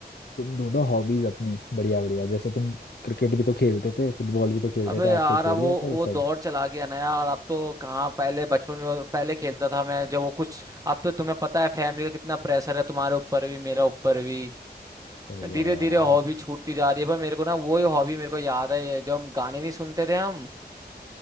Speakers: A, on the left; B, on the right.
A: तुम ढूंढो हॉबीज अपनी बढ़िया बढ़िया जैसे तुम क्रिकेट भी तो खेलते थे फुटबॉल भी तो खेलते
B: अबे
A: थे
B: यार
A: आजकल छोड़
B: अब वो
A: दिया क्या
B: वो
A: वो सब
B: दौर चला गया ना यार अब तो कहाँ पहले बचपन में वो- पहले खेलता था मैं जब वो कुछ अब तो तुम्हें पता है फैमिली का कितना प्रेशर है तुम्हारे ऊपर भी मेरा ऊपर भी
A: सही कह
B: धीरे
A: रहा है
B: धीरे
A: यार
B: हॉबी छूटती जा रही है पर मेरे को ना वही हॉबी मेरे को याद है ये जो हम गाने नहीं सुनते थे हम